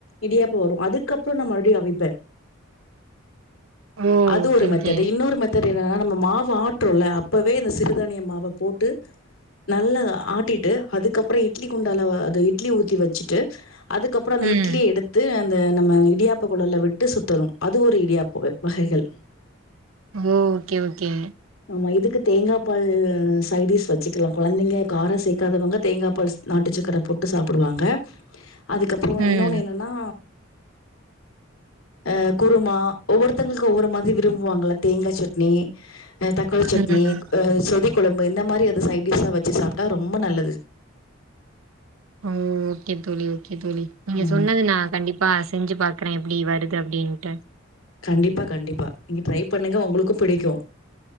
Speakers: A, on the left (about 80°); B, on the right (about 85°).
A: இடியாப்ப வரு அதுக்கப்றோ நா மறுபடியு அவிப்பே
B: ஓ
A: அது
B: ஓகே
A: ஒரு மெத்தேடு
B: ஓகே
A: இன்னொரு மெத்தேடு என்னன்னா நம்ம மாவு ஆட் றோல அப்பவே இந்த சிறுதானிய மாவ போட்டு நல்லா அத ஆட்டிட்டு அதுக்கப்றோ இட்லி குண்டால அத இட்லி ஊத்தி வச்சுட்டு அதுக்கப்றோ அந்த
B: ம்
A: இட்லிய எடு த்து அந்த நம்ம இடியாப்ப குழல்ல விட்டு சுத்தணு அது ஒரு இடியாப்ப வ வகைகள்
B: ஓ ஓகே ஓகே
A: ஆமா இதுக்கு தேங்கா பால் சைடிஷ் வச்சுக்கலா கொழந்தைங்க காரோ சேக்காதவங்க தேங்கா பால் நாட்டுச்சக்கர போட்டு சாப்புடுவாங்க அதுக்கப்றோ
B: ம்
A: இன்னொன்னு என்னன்னா அ குருமா ஒவ்வொருத்தவங்களுக்கு ஒவ்வொரு மாரி விரும்புவாங்கள தேங்கா சட்னி அ தக்காளி சட்னி
B: ம்
A: அ சொதி குழம்பு இந்த மாரி அது சைடிஷ்ஷா வச்சு சாப்ட்டா ரொம்ப நல்லது
B: ம் ஓக்கே தோழி ஓக்கே தோழி நீங்க
A: ஆமா.
B: சொன்னது நா கண்டிப்பா செஞ்சு பாக்றே எப்டி வருது அப்டின்ட்டு
A: கண்டிப்பா கண்டிப்பா நீங்க ட்ரை பண்ணுங்க ஒங்களுக்கு பிடிக்கு